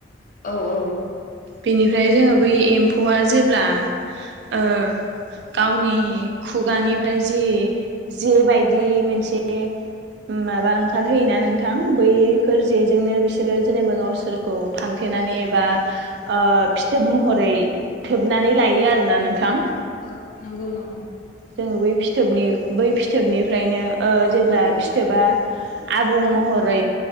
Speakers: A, on the left (about 50°); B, on the right (about 70°).
A: औ औ।
B: बिनिफ्राय जोङो बै एम्फौआ जेब्ला ओ गावनि खुगानिफ्राय जि जो बायदि मेनसे माबा ओंखारहोयोना नोंथां बैफोर जेजोंनो बिसोरो जेनेबा गावसोरखौ फांथे नानै एबा ओ फिथोब महरै थोबनानै लायो आरोना नोंथां
A: औ नंगौ नंगौ
B: जोङो बै फिथोबनि बै फिथोबनिफ्रायनो ओ जेब्ला फिथोबा आबुं म हरै